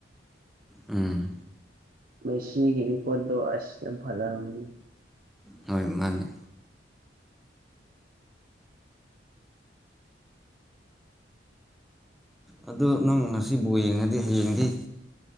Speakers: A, in the centre; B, on the right.
A: ꯎꯝ
B: ꯃꯦꯁꯤ ꯍꯔꯔꯤꯄꯗ ꯑꯁꯇꯦ ꯐꯂ ꯔꯒꯒꯤ
A: ꯍꯣꯏ ꯃꯥꯅꯦ ꯑꯗꯨꯗ ꯅꯪ ꯉꯁꯤꯕꯨꯥꯎ ꯌꯦꯡꯉꯗꯤ ꯍꯌꯦꯡꯗꯤ